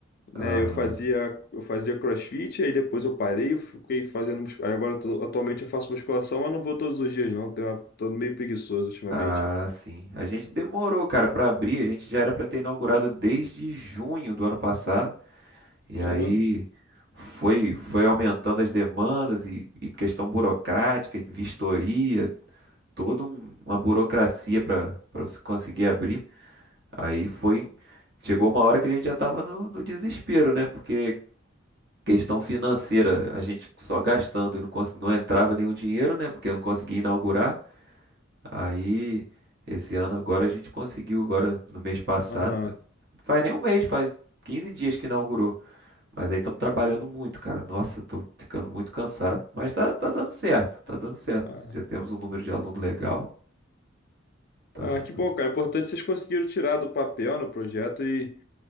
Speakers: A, on the left; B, on the right.
A: né?
B: Aham.
A: Eu fazia, eu fazia CrossFit, aí depois eu parei, eu fiquei fazendo, mus- aí agora eu tô- atualmente eu faço musculação, mas não vou todos os dias não, Tenho uma- tô meio preguiçoso ultimamente.
B: Ah, sim. A gente demorou, cara, pra abrir. A gente já era pra ter inaugurado desde junho do ano passado. E
A: Caramba.
B: aí foi foi aumentando as demandas e, e questão burocrática, de vistoria, toda um- uma burocracia pra para você conseguir abrir. Aí foi chegou uma hora que a gente já tava no, no desespero, né? Porque Questão financeira, a gente só gastando e não, cons- não entrava nenhum dinheiro, né? Porque eu não conseguia inaugurar. Aí, esse ano agora a gente conseguiu, agora no mês passado.
A: Aham.
B: Faz nem um mês, faz 15 dias que inaugurou. Mas aí estamos trabalhando muito, cara. Nossa, eu tô ficando muito cansado. Mas tá, tá dando certo, tá dando certo.
A: Ah,
B: Já temos um número de aluno legal. tá
A: ah,
B: dando-
A: que bom, cara. O Importante é que vocês conseguiram tirar do papel no projeto e